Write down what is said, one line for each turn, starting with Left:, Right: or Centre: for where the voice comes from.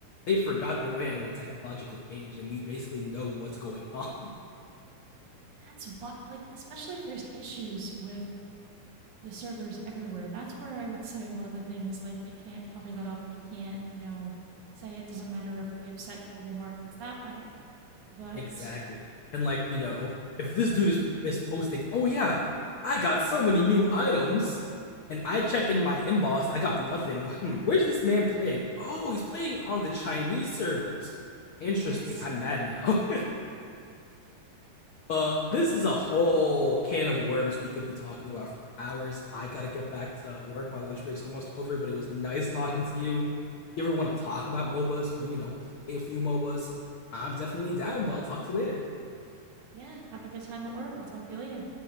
Left: they forgot that we're in a technological age and we basically know what's going on
Right: That's what, like, especially if there's issues with the servers everywhere. That's where I would say one of the things like they can't cover that up. They can't, you know, say it doesn't matter if we upset global markets that way. But
Left: Exactly. And like, you know, if this dude is is posting, "Oh yeah, I got so many new items." And I check in my inbox, I got nothing. Hmm, where's this man playing? Oh, he's playing on the Chinese servers. Interesting.
Right: yes,
Left: I'm mad now. <laughs> but this is a whole can of worms we could be talking about for hours. I got to get back to work. My lunch break's almost over, but it was nice talking to you. If You ever want to talk about MOBAs or, you know, play a few MOBAs? I'm definitely down, but I'll talk to you later.
Right: yeah, have a good time at work. I'll talk to you later.